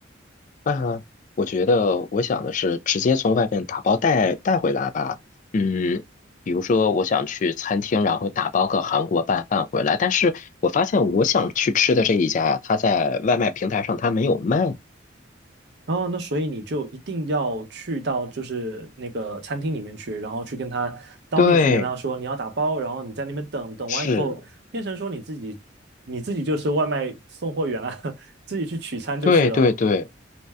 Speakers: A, on the left; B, on the right.
A: 啊，我觉得我想的是直接从外面打包带带回来吧。嗯，比如说我想去餐厅，然后打包个韩国拌饭回来，但是我发现我想去吃的这一家呀，他在外卖平台上他没有卖。
B: 哦，那所以你就一定要去到就是那个餐厅里面去，然后去跟他当面去跟他说你要打包，
A: 对，
B: 然后你在那边等等完以后，
A: 是，
B: 变成说你自己你自己就是外卖送货员啊，<laughs> 自己去取餐就是了。
A: 对对对